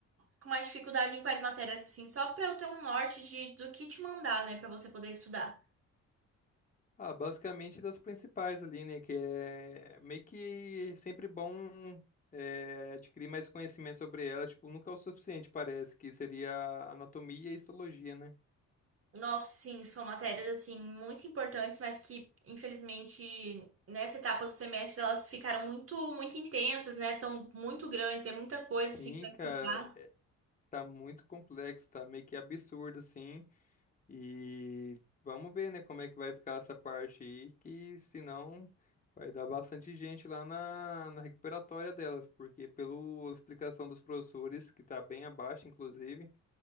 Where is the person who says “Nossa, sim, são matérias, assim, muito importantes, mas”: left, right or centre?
Right